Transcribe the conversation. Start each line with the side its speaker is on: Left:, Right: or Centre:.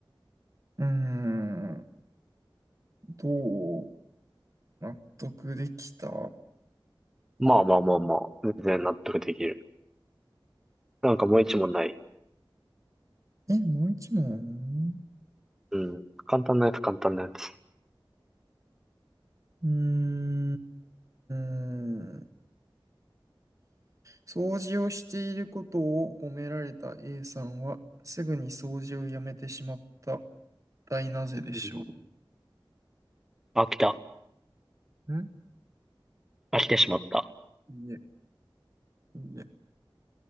Right: うーん、どう納得できた
Centre: まあまあまあまあ、全然納得できる。なんかもう一問ない。
Right: え、もう一問
Centre: うん。簡単なやつ、簡単なやつ。
Right: うーん。掃除をしていることを褒められた A さんは、すぐに掃除をやめてしまった。大なぜでしょ
Centre: うん。飽きた。
Right: う。ん
Centre: 飽きてしまった。
Right: いいえ、いいえ。